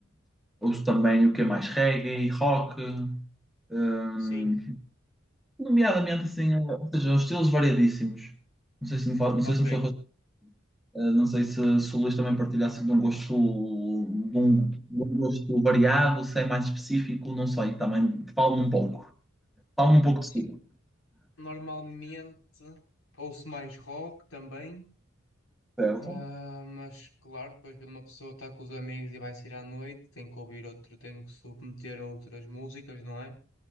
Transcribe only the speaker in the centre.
ouço também o que é mais reggae, rock. Hum,
Nomeadamente, assim, eh, ou seja, os estilos variadíssimos. Não sei se me fal- não
sei se me estou a fazer- eh, não sei se, se o Luís também partilhasse de um gosto, de um, de um gosto variado, se é mais específico, não sei, também falo-me um pouco. Falo-me um pouco de
si,
certo?